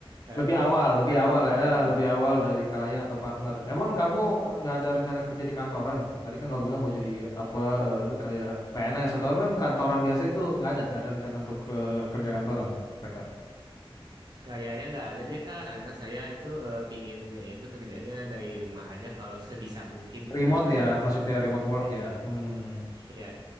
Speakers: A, on the right; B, on the left.
A: eh,
B: Lebih awal,
A: partner
B: lebih awal
A: lah sebutannya
B: ya,
A: Hmm.
B: lebih awal dari klien atau partner. Emang kamu eh, nggak ada rencana kerja di kantoran? Tadi kan kamu bilang mau jadi apa eh, kayak PNS atau emang kantoran biasa itu nggak ada, nggak ada rencana untuk eh, kerja kantoran mereka.
A: Kayaknya nggak ada deh Kak, karena saya itu eh, pinginnya itu kerjanya dari rumah aja kalau sebisa mungkin gitu
B: Remote
A: karena
B: ya,
A: emang
B: maksudnya
A: ada kekur.
B: remote work
A: Mm-mm.
B: ya. Hmm.
A: Iya,